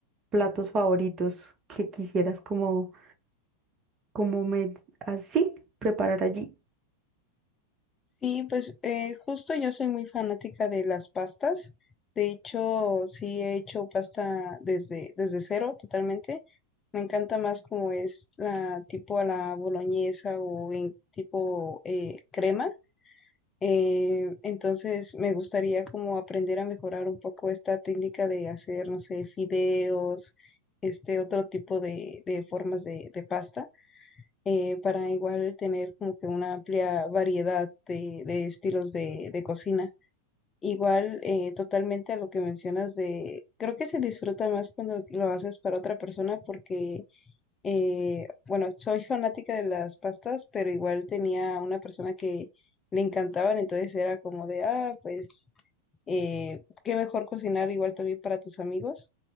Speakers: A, on the right; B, on the left.
A: platos favoritos que quisieras como, como me, así preparar allí?
B: Sí, pues eh, justo yo soy muy fanática de las pastas. De hecho, sí he hecho pasta desde, desde cero totalmente. Me encanta más como es la tipo a la boloñesa o en tipo eh, crema. Eh, entonces me gustaría como aprender a mejorar un poco esta técnica de hacer, no sé, fideos, este otro tipo de, de formas de de pasta eh, para igual tener como que una amplia variedad de, de estilos de, de cocina. Igual, eh, totalmente a lo que mencionas de, creo que se disfruta más cuando lo haces para otra persona porque, eh, bueno, soy fanática de las pastas, pero igual tenía una persona que le encantaban, entonces era como de, ah, pues eh, qué mejor cocinar igual también para tus amigos.